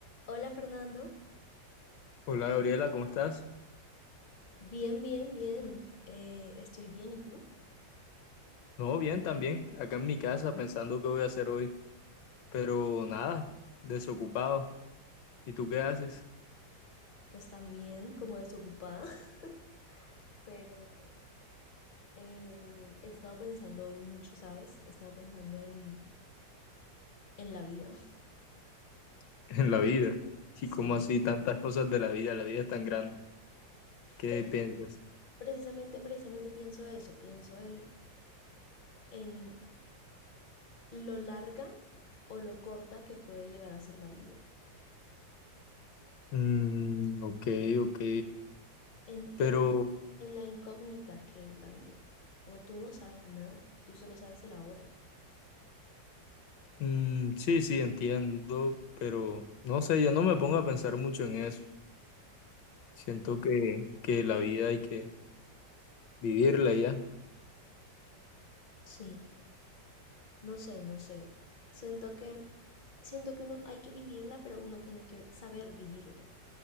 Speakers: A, on the left; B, on the left.
A: Hola Fernando,
B: Hola Gabriela, ¿cómo estás?
A: bien, bien, bien. Eh, estoy bien, ¿y tú?
B: No, bien también, acá en mi casa pensando qué voy a hacer hoy, pero nada, desocupado. ¿Y tú qué haces
A: Pues también como desocupada, <laughs> pero eh, he estado pensando hoy mucho, ¿sabes? He estado pensando en, en la vida. <laughs>
B: <laughs> en la vida? ¿Y
A: Sí.
B: cómo así tantas cosas de la vida? La vida es tan grande. ¿Qué
A: Pues
B: piensas?
A: precisamente, precisamente pienso eso, pienso en, en lo larga o lo corta que puede llegar a ser la vida,
B: Mm, ok, ok,
A: en,
B: pero
A: en, en la incógnita que es la vida. O tú no sabes nada, tú solo sabes el ahora.
B: mm, sí, sí, entiendo, pero no sé, yo no me pongo a pensar mucho en eso. Siento que, que la vida hay que vivirla ya.
A: Sí. No sé, no sé. Siento que, siento que uno hay que vivirla, pero uno tiene que saber vivirla.